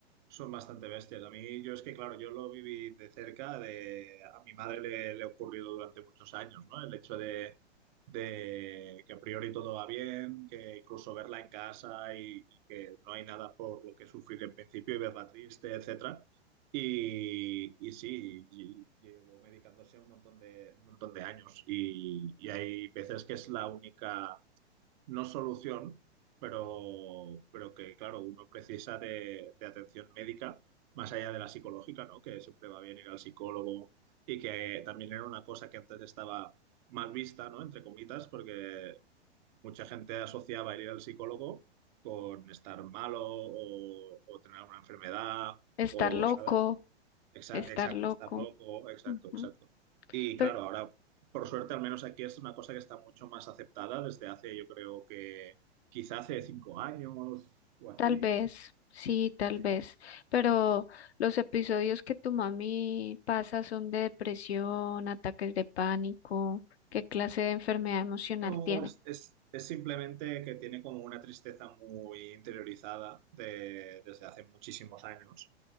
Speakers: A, on the right; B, on the left.
A: Son bastante bestias. A mí, yo es que, claro, yo lo viví de cerca. De, a mi madre le, le ha ocurrido durante muchos años, ¿no? El hecho de, de que a priori todo va bien, que incluso verla en casa y, y que no hay nada por lo que sufrir en principio y verla triste, etcétera. Y, y sí, y- llevo medicándose un montón de, un montón de años y, y hay veces que es la única no solución, pero, pero que, claro, uno precisa de, de atención médica, más allá de la psicológica, ¿no? Que siempre va bien ir al psicólogo y que también era una cosa que antes estaba mal vista, ¿no? Entre comitas, porque mucha gente asociaba el ir al psicólogo con estar malo o, o tener una enfermedad
B: Estar
A: o,
B: loco,
A: ¿sabes? Exacto,
B: estar
A: exacto,
B: loco.
A: estar loco, exacto,
B: Ujú.
A: exacto. Y
B: Pe-
A: claro, ahora, por suerte, al menos aquí es una cosa que está mucho más aceptada desde hace, yo creo que quizá hace cinco años o así.
B: Tal vez, sí, tal
A: Sí.
B: vez, pero los episodios que tu mami pasa son de depresión, ataques de pánico, ¿qué clase de enfermedad emocional
A: No,
B: tiene?
A: es, es- es simplemente que tiene como una tristeza muy interiorizada de- desde hace muchísimos años.